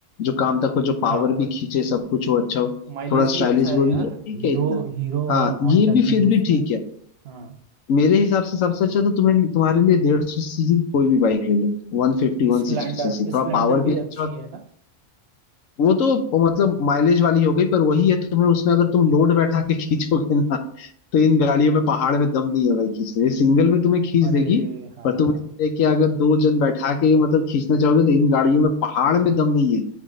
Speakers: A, on the left; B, on the right.
A: जो काम तक हो जो पावर
B: काम
A: भी
B: पर
A: खींचे सब कुछ हो अच्छा हो
B: माइलेज
A: थोड़ा
B: भी
A: स्टाइलिश
B: अच्छा
A: भी
B: है
A: हो ये
B: यार
A: ठीक
B: हीरो
A: है इतना
B: हीरो
A: हाँ
B: और होंडा
A: ये भी
B: की
A: फिर
B: उसमें
A: भी ठीक है
B: हाँ
A: मेरे हिसाब से सबसे अच्छा तो तुम्हें तुम्हारे लिए डेढ़ सौ सीसी कोई भी बाइक ले लो वन फिफ्टी वन
B: स्प्लेंडर
A: सिक्सटी सीसी थोड़ा
B: स्प्लेंडर
A: पावर भी
B: भी
A: अच्छा
B: अच्छी
A: होता-
B: है ना
A: वो तो मतलब माइलेज वाली हो गई पर वही है तुम्हें उसमें अगर तुम लोड बैठा के <laughs> खींचोगे ना तो इन गाड़ियों में पहाड़ में दम नहीं है भाई खींचने सिंगल में तुम्हें खींच
B: अरे
A: देगी
B: हाँ
A: पर तुम इससे कि अगर दो जन बैठा के मतलब खींचना चाहोगे तो इन गाड़ियों में पहाड़ में दम नहीं है